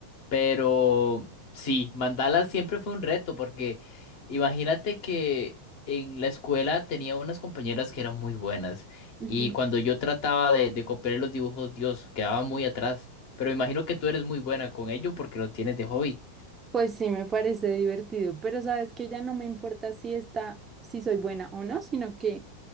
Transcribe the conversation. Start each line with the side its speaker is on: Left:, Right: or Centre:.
Left: Pero sí, mandala siempre fue un reto porque imagínate que en la escuela tenía unas compañeras que eran muy buenas
Right: Ujú.
Left: y cuando yo trataba de, de copiar los dibujos, Dios, quedaba muy atrás. Pero imagino que tú eres muy buena con ello porque lo tienes de hobby.
Right: Pues sí, me parece divertido, pero sabes que ya no me importa si está, si soy buena o no, sino que